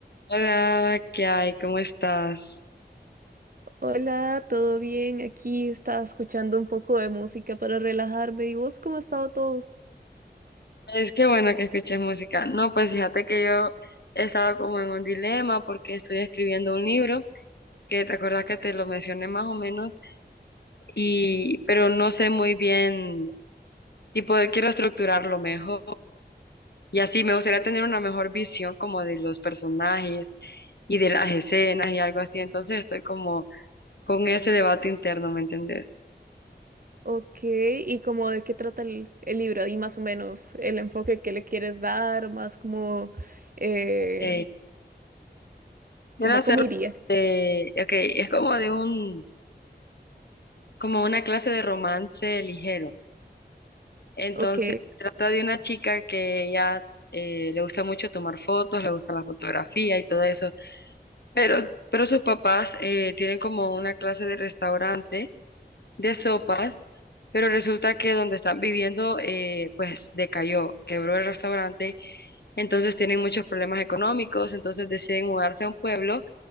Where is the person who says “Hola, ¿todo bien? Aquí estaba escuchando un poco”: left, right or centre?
Right